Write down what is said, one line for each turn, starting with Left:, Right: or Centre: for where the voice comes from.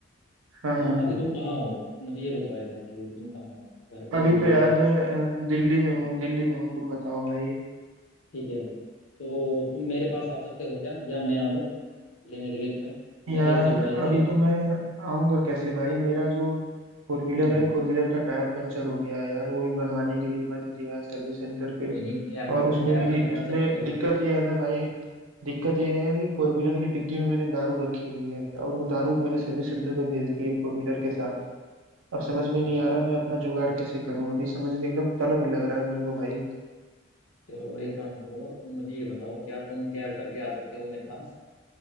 Right: हाँ
Left: अ,
Right: हाँ
Left: अभी तुम कहाँ हो मुझे ये बताओ एग्जैक्टली अभी तुम कहाँ हो घर पे
Right: अभी
Left: हो
Right: तो यार
Left: या
Right: मैं अ, दिल्ली में
Left: हाँ
Right: हूँ दिल्ली में हूँ तुम बताओ भाई
Left: ठीक है तो तुम मेरे पास आ सकते हो क्या या मैं आऊँ लेने के लिए तुम्हें
Right: यार
Left: मैं लेके चलूंगा एक
Right: अभी
Left: जगह पे
Right: तो मैं आऊँगा कैसे भाई मेरा जो फोर व्हीलर
Left: हम्म
Right: है फोर व्हीलर का टायर पंचर हो गया है यार वो भी बनवाने के लिए मैंने दिया है सर्विस सेंटर पे
Left: कोई नहीं कैब
Right: और उसमें
Left: कैब
Right: मेरी
Left: करके
Right: उसमें
Left: आ सकते हो
Right: दिक्कत
Left: क्या
Right: ये है ना भाई दिक्कत ये है यार कि फोर व्हीलर की डिग्गी में मैंने दारू रखी हुई है और वो दारू मैंने सर्विस सेंटर पे भेज दी है फोर व्हीलर के साथ अब समझ
Left: चलो
Right: में
Left: छोड़ो
Right: नहीं आ रहा मैं अपना जुगाड़ कैसे करूं अभी समझ में एकदम तलब लग रहा है मेरे को भाई
Left: चलो एक काम करो तुम मुझे ये बताओ क्या तुम कैब करके आ सकते हो मेरे पास